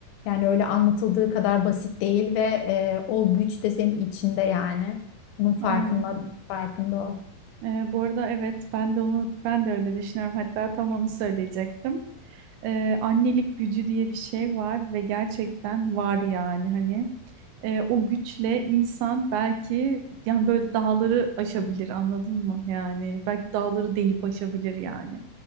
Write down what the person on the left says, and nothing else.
Yani öyle anlatıldığı kadar basit değil ve e, o güç de senin içinde yani. Bunun farkında,
farkında ol.